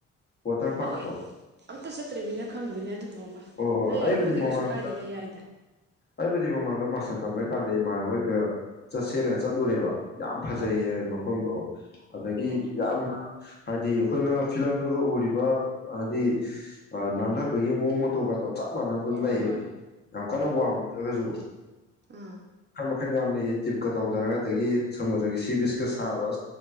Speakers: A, on the left; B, on the right.
A: ꯋꯥꯇꯔ ꯄꯥꯔꯛꯇꯣ
B: ꯑꯩꯈꯣꯏ ꯑꯝꯇ ꯆꯠꯇ꯭ꯔꯤꯃꯤꯅ ꯈꯪꯗꯅꯦ ꯑꯗꯨ ꯣꯝꯕ
A: ꯑꯣ
B: ꯅꯕꯨꯗꯤ
A: ꯑꯩꯕꯨꯗꯤ ꯃꯃꯥꯡꯗ
B: ꯀꯩꯁꯨ ꯀꯥꯏꯗꯦꯗ ꯌꯥꯏꯗ
A: ꯑꯩꯕꯨꯗꯤ ꯃꯃꯥꯡꯗꯣ ꯃꯥꯁꯇꯔ ꯇꯝꯕꯩ ꯀꯥꯟꯗ ꯏꯃꯥꯟꯅꯕꯣꯏꯒ ꯆꯠꯁꯦꯅ ꯆꯠꯂꯨꯔꯦꯕ ꯌꯥꯝ ꯐꯖꯩꯌꯦ
B: ꯑꯥ
A: ꯃꯐꯝꯗꯣ ꯑꯗꯒꯤ
B: ꯑꯣ
A: ꯌꯥꯝꯅ ꯍꯥꯏꯗꯤ ꯑꯩꯈꯣꯏꯅ ꯐꯤꯂꯝꯗꯨꯒ ꯎꯔꯤꯕ ꯍꯥꯏꯗꯤ ꯅꯥꯟꯊꯕꯒꯤ ꯃꯑꯣꯡ ꯃꯇꯧꯒꯗꯣ ꯆꯞ ꯃꯥꯟꯅ ꯑꯗꯨꯝ
B: ꯑꯣ ꯍꯣꯏ
A: ꯂꯩꯌꯦꯕ
B: ꯍꯣꯏ
A: ꯌꯥꯝ
B: ꯑꯥ
A: ꯀꯟꯅ ꯋꯥꯡ ꯀꯖꯛ
B: ꯑꯥ
A: ꯋꯥꯈꯟ ꯌꯥꯝ ꯂꯩꯌꯦ ꯇ꯭ꯔꯤꯞꯀ ꯇꯧꯗꯔꯒ ꯑꯗꯒꯤ ꯁꯃꯨꯗ꯭ꯔꯒꯤ ꯁꯤ ꯕꯤꯆꯀ ꯁꯥꯕ